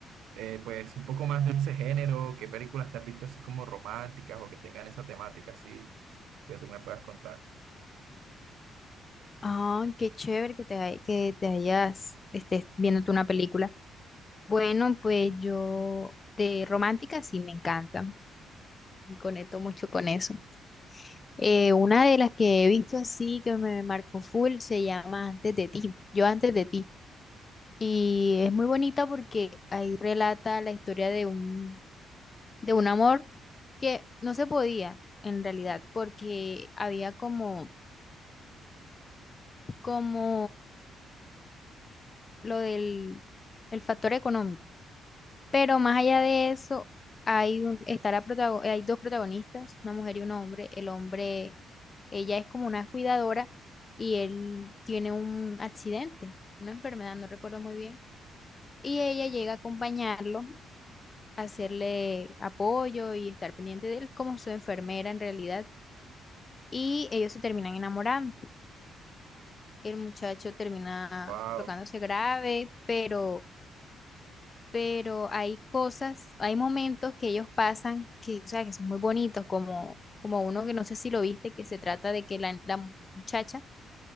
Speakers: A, on the right (about 85°); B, on the left (about 30°).
A: eh, pues un poco más de ese género, qué películas te has visto así como románticas o que tengan esa temática así que tú me puedas contar.
B: Ah, qué chévere que te, hay- que te hayas, estés viéndote una película. Bueno, pues yo de romántica sí me encanta. Me conecto mucho con eso. Eh, una de las que he visto así que me marcó full se llama Antes de ti. Yo antes de ti. Y es muy bonita porque ahí relata la historia de un de un amor que no se podía en realidad, porque había como, como lo del el factor económico. Pero más allá de eso, hay un, está la protago- hay dos protagonistas, una mujer y un hombre. El hombre, ella es como una cuidadora y él tiene un accidente, una enfermedad, no recuerdo muy bien. Y ella llega a acompañarlo, a hacerle apoyo y estar pendiente de él como su enfermera en realidad. y ellos se terminan enamorando. El muchacho termina
A: Wow,
B: colocándose grave, pero, pero hay cosas, hay momentos que ellos pasan que, o sea, que son muy bonitos, como, como uno que no sé si lo viste, que se trata de que la, la muchacha